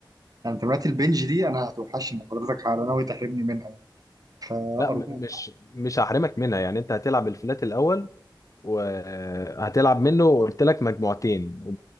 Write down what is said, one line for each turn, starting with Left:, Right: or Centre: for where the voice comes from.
Right: يعني تمرينات البنج دي انا هتوحشني حضرتك على ناوي تحرمني منها يعني
Left: لا
Right: ارجوك
Left: م- مش مش هحرمك منها يعني أنت هتلعب الفلات الأول وهتلعب منه قلت لك مجموعتين